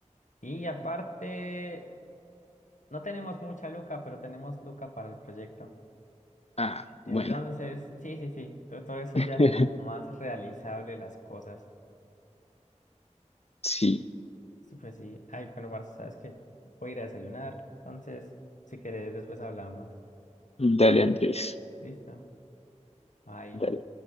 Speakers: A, on the left; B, on the left.
A: Y aparte, no tenemos mucha luca, pero tenemos luca para el proyecto.
B: Ah,
A: Entonces,
B: bueno.
A: sí, sí, sí, to- todo, eso
B: <laughs>
A: ya hace como más realizable las cosas.
B: Sí,
A: Sí, Pues sí, ay, pero Barça, sabes que voy a ir a desayunar. Entonces, si querés, después hablamos.
B: dale Andrés.
A: Listo, bye.
B: Dale.